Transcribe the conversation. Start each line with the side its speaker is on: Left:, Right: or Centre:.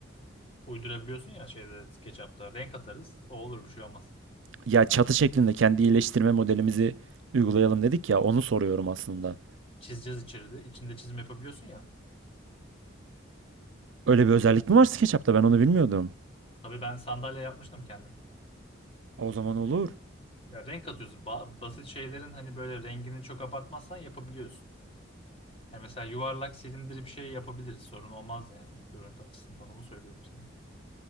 Left: Uydurabiliyorsun ya şeyde SketchUp'ta renk atarız o olur bir şey olmaz.
Right: Ya çatı şeklinde kendi iyileştirme modelimizi uygulayalım dedik
Left: Tamam.
Right: ya onu soruyorum aslında.
Left: Çizeceğiz içeride içinde çizim yapabiliyorsun ya.
Right: Öyle bir özellik mi var SketchUp'ta? Ben onu bilmiyordum.
Left: Tabii ben sandalye yapmıştım kendim.
Right: O zaman olur.
Left: Ya renk atıyorsun Ba- basit şeylerin hani böyle rengini çok abartmazsan yapabiliyorsun. Yani mesela yuvarlak silindiri bir şey yapabiliriz sorun olmaz yani görüntü açısından onu söylüyorum sana.